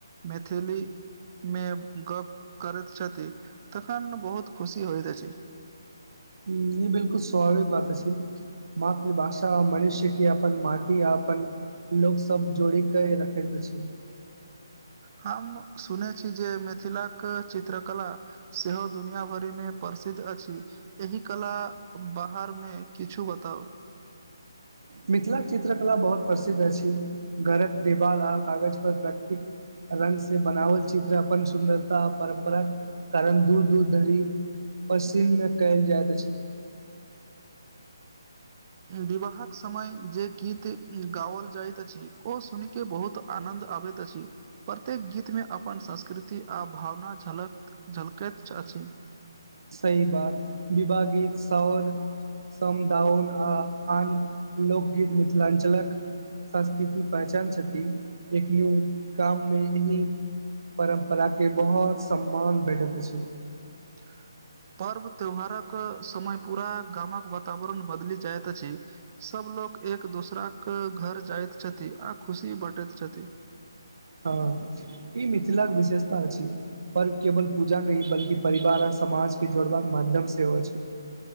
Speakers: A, on the right; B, on the right.
A: मैथिली मे गप करैत छथि तखन बहुत खुशी होइत अछि।
B: ह ई बिलकुल स्वभाविक बात अछि। मातृभाषा मनुष्य के अपन माटी आ अपन लोक सब जोड़ी के रखैत अछि।
A: हम सुने छी जे मिथिलाक चित्रकला सेहो दुनिआ भरिमे प्रसिद्ध अछि। एहि कला बाहर मे किछु बताउ।
B: मिथिलाक चित्रकला बहुत प्रसिद्ध अछि घरक देवाल आ कागज पर प्राकृतिक रंग से बनावल चित्र अपन सुन्दरता परम्परा कारण दूर दूर धरि पसिन्न कयल जाइत अछि।
A: विवाहक समय जे गीत गाओल जाइत अछि ओ सुन के बहुत आनन्द आबैत अछि। प्रत्येक गीतमे अपन संस्कृति आ भावना झलक झलकैत अछि।
B: सही बात विवाह गित शौर समदाउन आ आन लोकगीत मिथिलाञ्चलक संस्कृति पहचान छथि एक न्यू काम मे अी परम्परा के बहुत सम्मान भेटैत अछि
A: <inaudible> पर्व त्यौहारक समय पूरा गामक वातावरण बदलि जाइत अछि सब लोग एक दोसरा के घर जाइत छथि आ खुशी बाँटैत छथि
B: हँ ई मिथिलाके विशेषता अछि पर्व केवल पूजा न बल्कि परिवार आ समाज के जोड़बाक माध्यम सेहो अछि